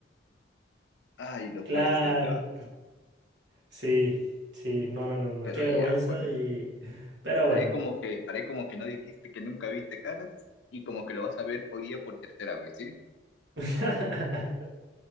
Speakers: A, on the left (about 70°); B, on the right (about 70°).
A: Ay, no
B: Claro.
A: puede ser, Sebastián.
B: Sí, sí, no, no, no, no,
A: Pero
B: qué vergüenza
A: ya, bueno,
B: y... Pero
A: haré
B: bueno,
A: como que, haré como que no dijiste que nunca viste Cars, y como que lo vas a ver hoy día por tercera vez, ¿sí?
B: <laughs>